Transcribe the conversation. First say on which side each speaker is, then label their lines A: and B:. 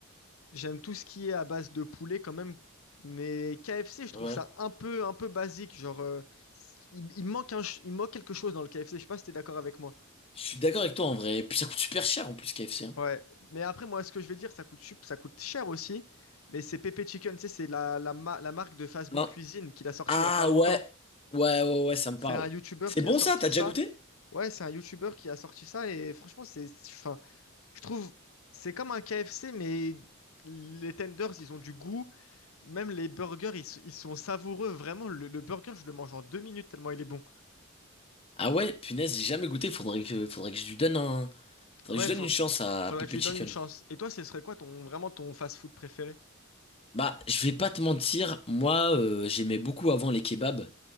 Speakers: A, on the left; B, on the left.
A: J'aime tout ce qui est à base de poulet quand même, mais KFC, je trouve
B: Ouais.
A: ça un peu, un peu basique. Genre, euh, il, il manque un ch- il manque quelque chose dans le KFC. Je sais pas si t'es d'accord avec moi.
B: Je suis d'accord avec toi en vrai. Et puis ça coûte super cher en plus KFC. hein.
A: Ouais. Mais après, moi, ce que je vais dire, ça coûte, sup- ça coûte cher aussi. Mais c'est Pepe Chicken, tu sais, c'est la, la, ma- la marque de fast food
B: Hein
A: cuisine qu'il a sorti
B: Ah
A: il y a pas longtemps.
B: ouais, ouais, ouais, ouais, ça me
A: C'est
B: parle.
A: un YouTuber
B: C'est
A: qui
B: bon
A: a sorti
B: ça, t'as déjà
A: ça.
B: goûté?
A: Ouais, c'est un YouTuber qui a sorti ça et franchement, c'est, fin. Je trouve, c'est comme un KFC, mais les tenders, ils ont du goût. Même les burgers, ils, s- ils sont savoureux. Vraiment, le, le burger, je le mange en deux minutes tellement il est bon.
B: Ah ouais, punaise, j'ai jamais goûté, faudrait que, faudrait que je lui donne un, faudrait
A: Ouais,
B: que je donne
A: faut,
B: une chance à
A: faudrait
B: Pepe
A: que tu lui
B: Chicken.
A: donnes une chance. Et toi, ce serait quoi ton, vraiment ton fast-food préféré?
B: Bah, je vais pas te mentir, moi, euh, j'aimais beaucoup avant les kebabs,